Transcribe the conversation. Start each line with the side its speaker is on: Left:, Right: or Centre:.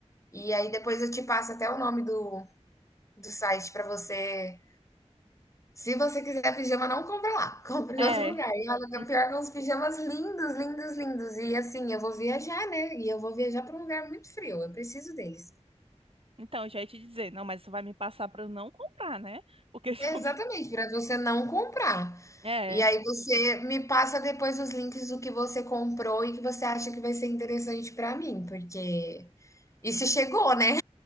Left: e aí depois eu te passo até o nome do do site para você se você quiser pijama, não compra lá, <laughs> compra
Right: É.
Left: em outro lugar. E olha que
Right: en-
Left: o pior é que é uns pijamas lindos, lindos, lindos. E assim, eu vou viajar, né, e eu vou viajar para um lugar muito frio, eu preciso deles.
Right: Então, eu já ia te dizer, não, mas isso vai me passar pra eu não comprar, né? Porque se
Left: Exatamente,
Right: eu...
Left: para você não comprar.
Right: <laughs> É.
Left: E aí você me passa depois os links do que você comprou e que você acha que vai ser interessante para mim, porque isso chegou, né?